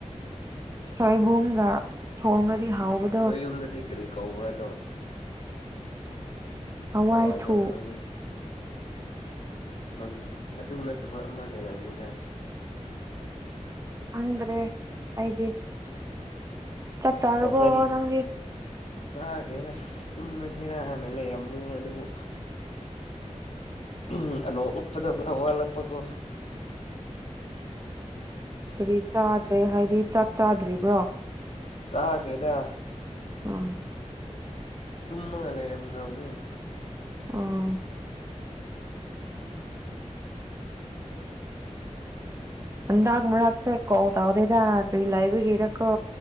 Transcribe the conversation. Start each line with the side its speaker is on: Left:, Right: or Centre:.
Right: ꯁꯣꯏꯕꯨꯝꯒ ꯊꯣꯡꯉꯗꯤ ꯍꯥꯎꯕꯗ
Left: ꯅꯣꯏ ꯌꯨꯝꯗꯗꯤ ꯀꯔꯤ ꯀꯧꯕ꯭ꯔꯗꯣ
Right: ꯍꯋꯥꯏꯊꯣꯛ
Left: ꯍꯋꯥꯏꯗꯣ ꯅꯣꯏ ꯃꯃꯤ ꯑꯗꯨ ꯅꯠꯇꯕ ꯑꯃ ꯂꯩꯔꯕꯝꯅꯤꯗ
Right: ꯈꯪꯗ꯭ꯔꯦ ꯑꯩꯗꯤ ꯆꯥꯛ ꯆꯥꯔꯕꯣ
Left: ꯑ ꯃꯥꯔꯤ
Right: ꯅꯪꯗꯤ
Left: ꯆꯥꯈꯦꯗ ꯇꯨꯝꯃꯁꯦꯔꯥꯟꯅ ꯂꯩꯔꯝꯕꯅꯦ ꯑꯗꯨꯕꯨ ꯎ ꯑꯅꯣ ꯎꯞꯄꯗ ꯈꯔ ꯋꯥꯠꯂꯛꯄꯀꯣ
Right: ꯀꯔꯤ ꯆꯥꯗ꯭ꯔꯦ ꯍꯥꯏꯗꯤ ꯆꯥꯛ ꯆꯥꯗ꯭ꯔꯤꯕ꯭ꯔꯣ
Left: ꯆꯥꯈꯩꯗ
Right: ꯎꯝ
Left: ꯇꯨꯝꯃꯒ ꯂꯩꯔꯝꯈ꯭ꯔꯕꯅꯦ
Right: ꯑ ꯑꯗꯥꯛ ꯃꯔꯥꯛꯁꯦ ꯀꯣꯜ ꯇꯥꯎꯗꯗꯥꯛ ꯀ ꯂꯩꯥꯏꯕꯒꯦꯔꯀꯣ